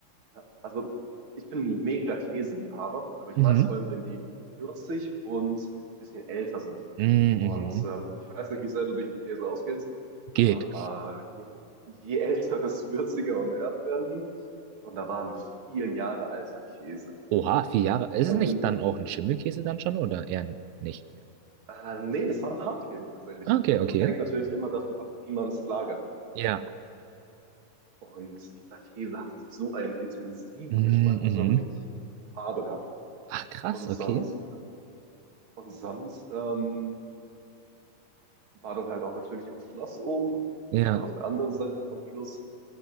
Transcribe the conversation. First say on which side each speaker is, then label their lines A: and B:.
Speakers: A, on the right (about 40°); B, on the right (about 85°).
A: Ja, Also ich bin ein mega Käseliebhaber, aber ich
B: Mhm.
A: mag es vor allem, wenn die würzig und ein bisschen älter sind.
B: Mhm.
A: Und
B: mhm.
A: ähm, ich weiß nicht, wie sehr du dich mit Käse auskennst,
B: Geht.
A: aber je, je älter, desto würziger und härter werden die. Und da waren vier Jahre alter Käse.
B: Oha, vier Jahre.
A: Und
B: Ist
A: die
B: es
A: haben
B: nicht
A: den,
B: dann
A: und
B: auch ein Schimmelkäse dann schon oder eher nicht?
A: äh, nee, das waren Hartkäse tatsächlich.
B: Ah, Okay,
A: Also
B: okay.
A: es hängt natürlich immer davon ab, wie man es lagert.
B: Ja.
A: Und dieser Käse hatte so einen intensiven
B: Mhm.
A: Geschmack,
B: mhm.
A: das war wirklich fabelhaft.
B: Ach, krass,
A: Und
B: okay.
A: sonst, und sonst ähm, war dann halt auch natürlich am Schloss oben.
B: Ja.
A: Das war dann auf der anderen Seite vom Fluss.